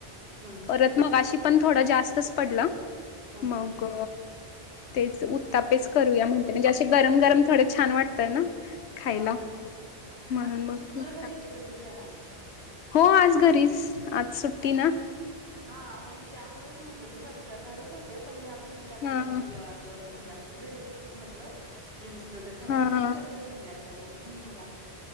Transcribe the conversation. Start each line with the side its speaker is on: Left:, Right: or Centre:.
Right: हम्म,
Left: परत मगाशी पण थोडां जास्तच पडलं
Right: हम्म,
Left: मग?
Right: हम्म.
Left: तेच उत्तापेच करूया म्हणत म्हणजे असे गरम, गरम थोडे छान वाटतय ना? खायला
Right: हा हा
Left: म्हणून
Right: आणि
Left: मग
Right: मिस्टर
Left: उत्तापे
Right: घरी होते का तुझे आज?
Left: हो आज घरीच. आज सुट्टी
Right: अछा
Left: ना
Right: हा म मी त्यामुळच म्हटलं दुपारी करणारच होते पण मी अजून विचार
Left: हा
Right: केला की आज म्हणजे आज घरीच असतील म्हंटलं. तुझे मिस्टर त्याच्यामुळे
Left: हा
Right: मग मी
Left: हा
Right: करेल संध्याकाळी आणि म्हणून मग आता